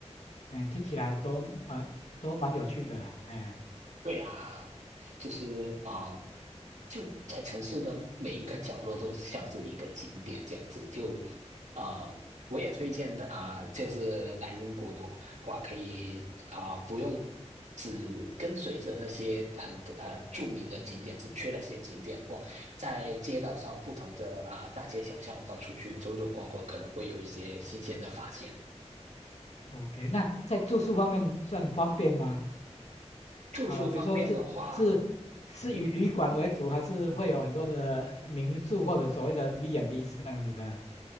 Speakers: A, on the left; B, on the right.
A: 哎，听起来都蛮都蛮有趣的啦。哎
B: 对呀，就是啊、呃就在城市的每一个角落都像是一个景点这样子。就啊、呃我也推荐的啊、就是来英国的话，可以啊、不用只跟随着那些很呃著名的景点，只去那些景点逛，在街道上不同的啊、大街小巷到处去走走逛逛，可能会有一些新鲜的发现。
A: ，OK，那在住宿方面算方便吗？
B: 住宿方面的话，
A: 啊、比如说是是是以旅馆为主，
B: 嗯。
A: 还是会有很多的民宿或者所谓的 B&B 这样子的？